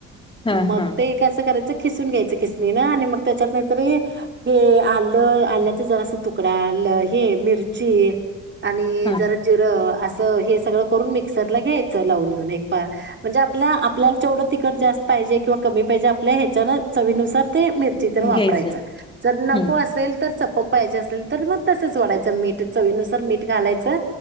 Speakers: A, on the left; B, on the right.
A: हा
B: मग
A: हा
B: ते कसं करायचं खिसून घ्यायचं खिसणीनं आणि मग त्याच्यात नाहीतरी हे आलं आल्या च जरासा तुकडा ल हे मिरची आणि
A: हा
B: जरा जिरं असं हे सगळं करून मिक्सरला घ्यायच लावून घेऊन म्हणजे आप आपल्याला जेवढ तट जास्त पाहिजे किंवा कमी पाहिजे आपल्या ह्याच्यान चवीनुसार ते मिरचीतेन वापरायच
A: घ्यायचं
B: जर नको
A: हम्म
B: असेल तर च मग पाहिये असेल तर मग तसंच वाढायचं मीठ चवीनुसार मीठ घालायचं